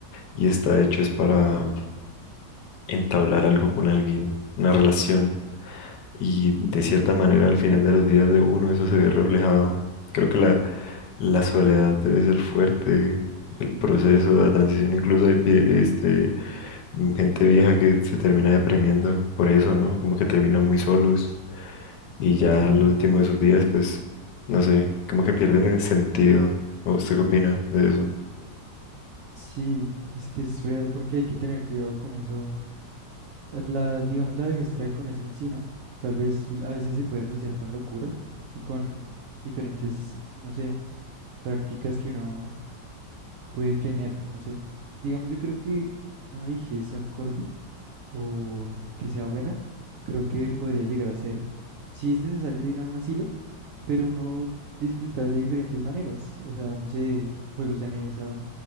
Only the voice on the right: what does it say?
Sí,
sí, es que es real porque hay que tener cuidado con eso. La, digamos, la vejez trae con eso en sí, ¿no? Tal vez a veces se puede asociar con locura y con diferentes, no sé, prácticas que uno puede tener, no sé. Digamos, yo creo que una vejez acorde o que sea buena, creo que podría llegar a ser, si es necesario ir a un asilo, pero uno disfrutar de diferentes maneras, o sea, no sé, juegos de mesa,